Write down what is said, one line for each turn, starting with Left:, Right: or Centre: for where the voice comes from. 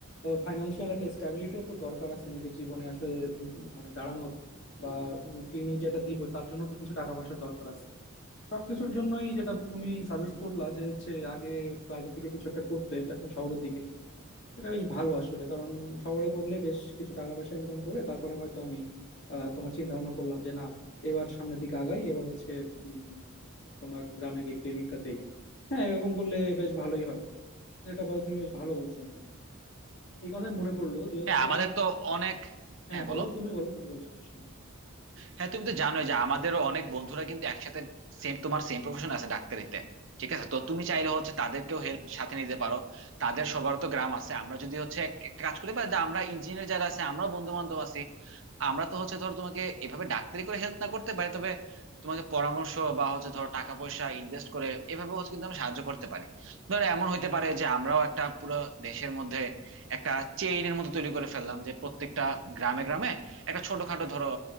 Left: ফাইনান্সিয়াল একটা স্ট্যাবিলিটিও তো দরকার আছে নিজের জীবনে আসলে উম, মানে দাঁড়ানোর বা ক্লিনিক যেটা দিব তার জন্য তো কিছু টাকা পয়সার দরকার আছে সবকিছুর জন্যই যেটা তুমি সাজেস্ট করলা যে হচ্ছে আগে বাইরের দিকে কিছু একটা করতে এটা- শহরের দিকে এটা বেশ ভালো আসলে কারণ শহরে করলে বেশ কিছু টাকা পয়সা ইনকাম করে তারপরে হয়তো আমি আহ, তোমার চিন্তা ভাবনা করলাম যে না এবার সামনের দিকে আগাই এবার হচ্ছে উম, তোমার গ্রামে গিয়ে ক্লিনিকটা দেই হ্যাঁ এরকম করলে বেশ ভালোই হয় এটা বা- তুমি বেশ ভালো বলছো বন্ধু। এই কথায় মনে পড়লো যে হচ্ছে
Right: হ্যাঁ আমাদের তো অনেক
Left: হ্যাঁ
Right: হ্যাঁ বলো
Left: বলো তুমি বলো তুমি বলো সমস্যা নেই
Right: হ্যাঁ তুমি তো জানোই যে আমাদেরও অনেক বন্ধুরা কিন্তু একসাথে সেম তোমার সেম প্রফেশন আছে ডাক্তারিতে ঠিক আছে তো তুমি চাইলে হচ্ছে তাদেরকেও হেল্প সাথে নিতে পারো তাদের সবার তো গ্রাম আছে আমরা যদি হচ্ছে এক- একটা কাজ করি বা আমরা ইঞ্জিনিয়ার যারা আছে আমরাও বন্ধু বান্ধব আছি আমরা তো হচ্ছে ধরো তোমাকে এভাবে ডাক্তারি করে হেল্প না করতে পারি তবে তোমাকে পরামর্শ বা হচ্ছে ধরো টাকা পয়সা ইনভেস্ট করে এভাবে হচ্ছে কিন্তু আমরা সাহায্য করতে পারি ধরো এমন হইতে পারে যে আমরাও একটা পুরো দেশের মধ্যে একটা চেইনের মতো তৈরি করে ফেললাম যে প্রত্যেকটা গ্রামে গ্রামে একটা ছোটখাটো ধরো